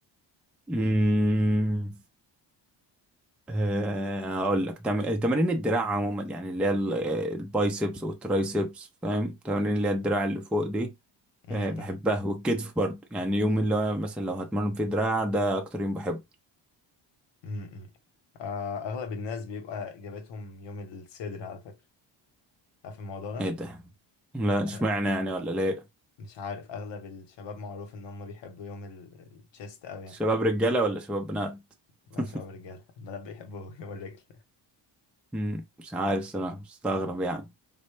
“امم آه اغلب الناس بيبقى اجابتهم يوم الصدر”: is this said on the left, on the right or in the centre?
Left